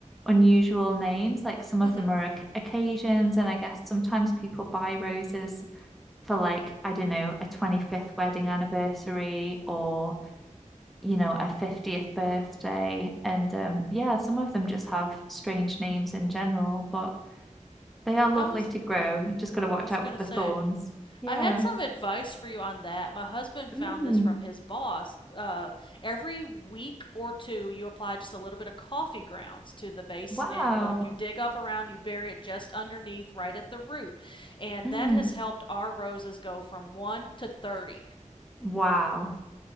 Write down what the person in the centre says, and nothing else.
unusual names, like some
of them are oc- occasions, and I guess sometimes people buy roses for like, I don't know, a 25th wedding anniversary or you know, a 50th birthday. And um, yeah, some of them just have strange names in general, but they are lovely
to grow. You just got
to watch
out
for the
thorns. Yeah.
Mm.
Wow.
Mm.
Wow.